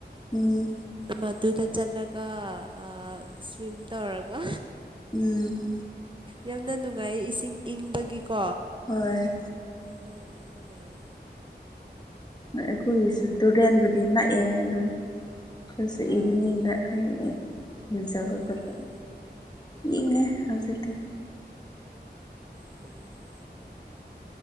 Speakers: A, on the left (about 25°); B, on the right (about 30°).
A: ꯎꯝ
B: ꯃꯗꯨꯨꯗ ꯆꯂꯒ ꯑ ꯁ꯭ꯋꯝ ꯇ ꯑꯣꯔꯒ
A: ꯎꯝ
B: ꯌꯥꯝꯅ ꯅꯨꯡꯉꯥꯏꯌꯦ ꯏꯁꯤꯡ ꯏꯪꯕꯒꯤꯀꯣ
A: ꯍꯣꯏ
B: ꯌꯥꯝꯅ ꯌꯥꯝ ꯅꯨꯡꯉꯥꯏ
A: ꯑꯩꯈꯣꯏꯒꯤꯁꯨ ꯇꯨꯔꯦꯟꯕꯨꯗꯤ ꯅꯛꯑꯦ ꯑꯗꯣ ꯑꯩꯁ
B: ꯑꯥ
A: ꯏꯚꯅꯤꯡꯗ ꯍ ꯂꯨꯖꯕ
B: ꯍꯣꯏ
A: ꯆꯕ ꯃꯤꯅꯦ ꯍꯧꯖꯤꯛꯇ
B: ꯎꯝ